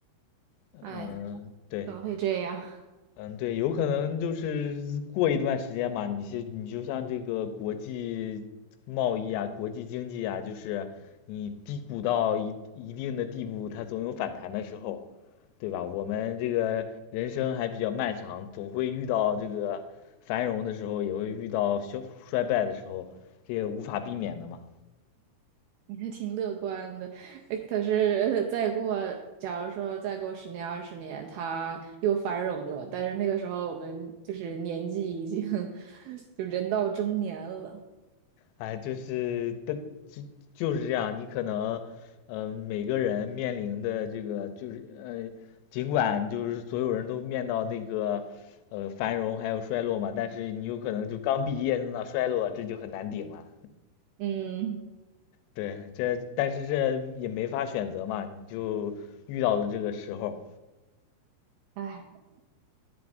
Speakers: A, on the right; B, on the left.
A: <laughs>
B: 嗯，
A: 哎，
B: 对。
A: 怎么会这样？<laughs>
B: 嗯，对，有可能就是过一段时间嘛，你先，你就像这个国际贸易啊、国际经济啊，就是你低谷到一一定的地步，它总有反弹的时候，对吧？我们这个人生还比较漫长，总会遇到这个繁荣的时候，也会遇到消衰败的时候，这也无法避免的嘛。
A: 你还挺乐观的。哎可是再过，假如说再过十年、二十年，他又繁荣了，但是那个时候我们就是年纪已经 <laughs> 就人到中年了。
B: 哎，就是的，就就是这样。你可能，嗯、每个人面临的这个就是，呃，尽管就是所有人都面到那个，呃，繁荣还有衰落嘛，但是你有可能就刚毕业那衰落，这就很难顶了。
A: 嗯。
B: 对，这但是这也没法选择嘛，你就遇到了这个时候。
A: 哎。